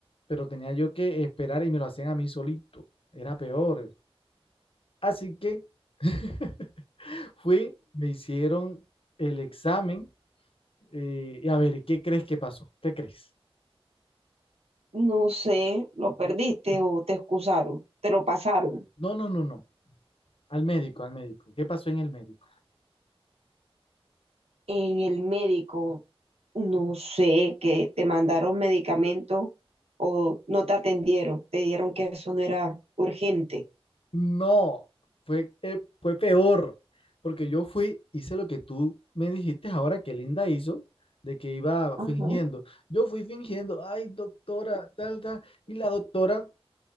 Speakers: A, on the left (about 60°); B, on the right (about 75°).
A: pero tenía yo que esperar y me lo hacían a mí solito. Era peor. Así que <laughs> fui, me hicieron el examen. eh, y a ver, ¿qué crees que pasó? ¿Qué crees?
B: no sé, lo perdiste o te excusaron, te lo pasaron.
A: No, no, no, no. Al médico, al médico. ¿Qué pasó en el médico?
B: En el médico, no sé, que te mandaron medicamentos o no te atendieron, te dijeron que eso no era urgente.
A: No, fue, eh, fue peor, porque yo fui, hice lo que tú me dijiste ahora que Linda hizo, de que iba
B: Ajá.
A: fingiendo. Yo fui fingiendo, ay, doctora, tal, tal, y la doctora,